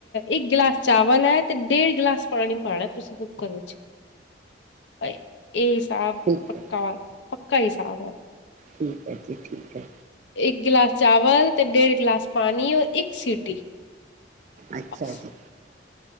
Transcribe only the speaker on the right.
ਠੀਕ
ਹੈ
ਠੀਕ ਹੈ ਜੀ ਠੀਕ ਹੈ
ਅੱਛਾ
ਜੀ।